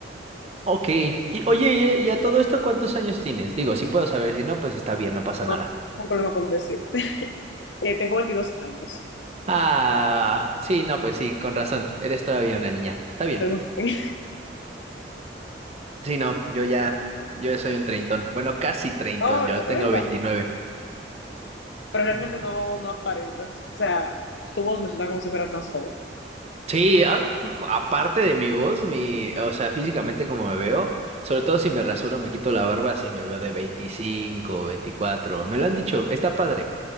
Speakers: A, on the right; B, on the left.
A: Ok. Y oye, y, eh, y a todo esto, ¿cuántos años tienes? Digo, si puedo saber, si no, pues está bien, no pasa
B: No
A: nada.
B: tengo problema con decirte. <laughs> Eh, tengo 22 años.
A: Ah, sí, no, pues sí, con razón. Eres todavía una niña. Está bien.
B: Soy un joven.
A: Sí, no, yo ya, yo soy un treintón. Bueno, casi
B: <laughs>
A: treintón,
B: No,
A: yo
B: es
A: tengo
B: verdad.
A: veintinueve
B: Pero realmente
A: Ujú.
B: no, no aparentas. O sea, tu voz me suena como si fueras más joven.
A: Sí, a- aparte de mi voz, mi, o sea, físicamente como me veo, sobre todo si me rasuro, me quito la barba, si me veo de 25 24 me lo han dicho, está padre.